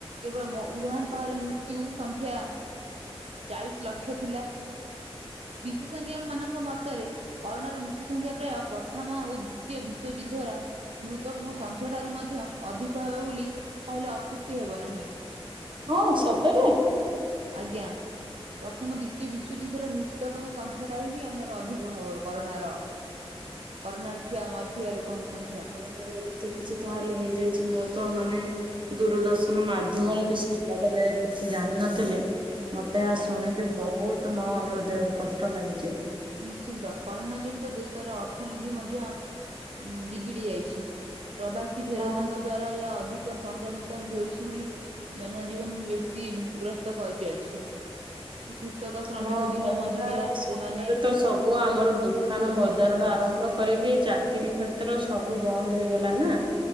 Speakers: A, on the right; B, on the right.
A: କେବଳ ମ ଉହାନ୍ ସହରରେ ମୃତ୍ୟୁ ସଂଖ୍ୟା ଚାଳିଶ୍ ଲକ୍ଷ ଥିଲା। ବିଶେଷଜ୍ଞକ ମାନଙ୍କ ମତରେ କରୋନାର ମୃତ୍ୟୁ ସଂଖ୍ୟା ପ୍ରାୟ ପ୍ରଥମ ଓ ଦ୍ଵିତୀୟ ବିଶ୍ଵଯୁଦ୍ଧର। ମୃତକଙ୍କ ସଂଖ୍ୟା ଠାରୁ ମଧ୍ୟ ଅଧିକ ହେବ ବୋଲି କହିଲେ ଅତ୍ୟୁକ୍ତି ହେବ ନାହିଁ।
B: ହଁ ସତରେ।
A: ଆଜ୍ଞା ପ୍ରଥମ ଦ୍ଵିତୀୟ ବିଶ୍ଵଯୁଦ୍ଧର ମୃତକଙ୍କ ସ ସଂଖ୍ୟା ଟାରୁ ବି ଆମର ଅଧିକ ହବ କରୋନାର କରୋନାରେ ଥିବା ମରିଥିବା ଲୋକଙ୍କ ସଂଖ୍ୟା।
B: ମୃତ୍ୟୁ କିଛି ତାହେଲେ ହେଇଯାଇଛି ମୁଁ ତ ମାନେ ଦୂରଦର୍ଶନ ମାଧ୍ୟମରେ କି ସମ୍ବାଦରେ କିଛି ଜାଣିନଥିଲେ। ମତେ ଏହା
A: ଆଜ୍ଞା।
B: ଶୁଣିକି ବହୁତ୍ ମ ହୃଦୟରୁ କଷ୍ଟ ଲାଗିଚି।
A: ନିଶ୍ଚିନ୍ତ କରୋନା ଯୋଗୁ ତ ଦେଶର ଅର୍ଥନୀତି ମଧ୍ୟ ବିଗିଡି ଯାଇଛି। ପ୍ରବାସୀ ଫେରତାଙ୍କ
B: ହଁ
A: ଦ୍ଵାରା ଏହା ଅଧିକ ସଂକ୍ରମିତ ହେଉଛି ବୋଲି ଜନଜୀବନ କୁ ବେଶୀ ଗ୍ରସ୍ତ କରିଚାଲିଛି। କୃଷକ ଶ୍ରମିକ
B: ହଁ
A: ଦିନ
B: କରୋନା
A: ମଜୁରିଆ
B: ସମୟରେ
A: ସେମାନେ
B: ତ ସବୁ ଆମର ଦୁଖାନ
A: ବହୁତ
B: ବଜାର ଟୁ ଆରମ୍ଭ ଏପରିକି ଚାକିରୀ କ୍ଷେତ୍ର ସବୁ ବନ୍ଦ ହେଇଗଲା ନା।